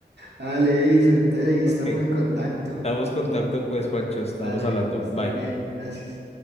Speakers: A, on the right; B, on the left.
A: Dale, Edison, entonces ahí
B: Ok.
A: estamos en contacto.
B: Estamos en contacto, pues, Juancho. Estamos
A: Dale,
B: hablando.
A: que estés
B: Bye.
A: bien. Gracias.